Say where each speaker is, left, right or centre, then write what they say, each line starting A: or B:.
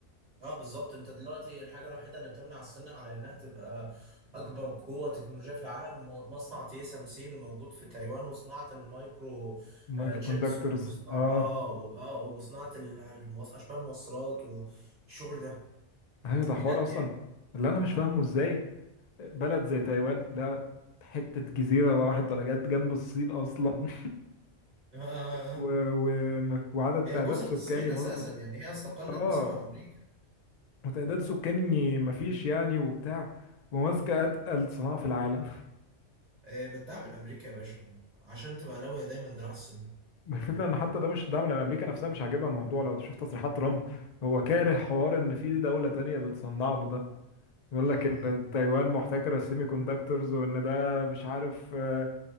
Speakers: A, on the right; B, on the left.
A: آه، بالظبط انت دلوقتي الحاجه الوحيده اللي بتمنع الصين على انها تبقى اكبر قوه تكنولوجيه في العالم م- مصنع تي اس ام سي اللي موجود في تايوان وصناعه المايكرو
B: مايكرو
A: آه، تشيبس
B: كوندكتورز
A: وصناعه
B: اه
A: اه و- اه وصناعه ال- الموص- اشباه الموصلات والشغل ده
B: ايوه ده
A: بجد
B: حوار اصلا
A: يعني
B: اللي انا مش فاهمه ازاي بلد زي تايوان لا حتة جزيرة ما راحت ولا جت جنب الصين اصلا <laughs>
A: آه
B: و... و... وعدد
A: هي
B: تعداد
A: جزء
B: سكاني
A: من الصين
B: برضو
A: اساسا يعني هي استقلت
B: اه
A: بسبب امريكا
B: وتعداد سكاني مفيش يعني وبتاع وماسكة اتقل صناعة في العالم
A: آه بتدعم الامريكا يا باشا عشان تبقى لاوية دايما دراع الصين
B: <laughs> الفكرة ان حتى ده مش ده من امريكا نفسها مش عاجبها الموضوع لو تشوف تصريحات ترامب هو كاره حوار ان في دولة تانية بتصنع له ده بيقول
A: <laughs>
B: لك ان
A: مم.
B: تايوان محتكره السيمي كوندكتورز وان ده مش عارف آه،